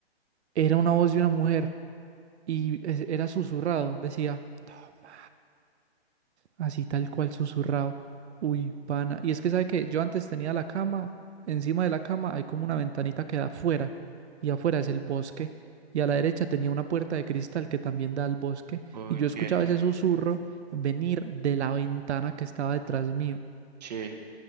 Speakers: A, on the right; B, on the right.
A: Era una voz de una mujer y es- era susurrado, decía, "Ma". Así tal cual susurrado. Uy, pana. Y es que sabe que yo antes tenía la cama, encima de la cama hay como una ventanita que da afuera, y afuera es el bosque, y a la derecha tenía una puerta de cristal que también da al bosque,
B: Uy,
A: y yo
B: quieto.
A: escuchaba ese susurro venir de la ventana que estaba detrás mío.
B: Sí.